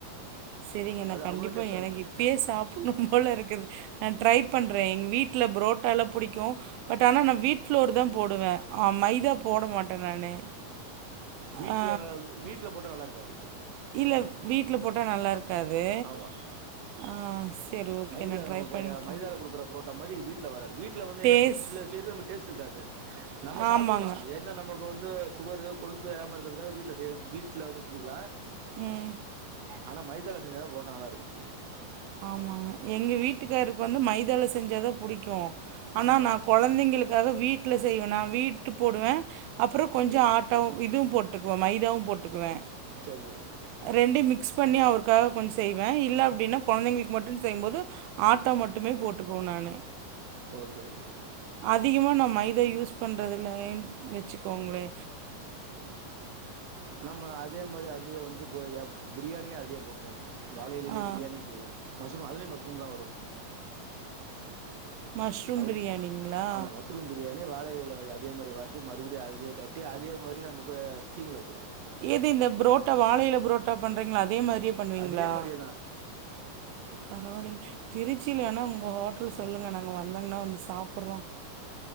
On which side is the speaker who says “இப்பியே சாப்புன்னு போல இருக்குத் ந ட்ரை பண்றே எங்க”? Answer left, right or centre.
Right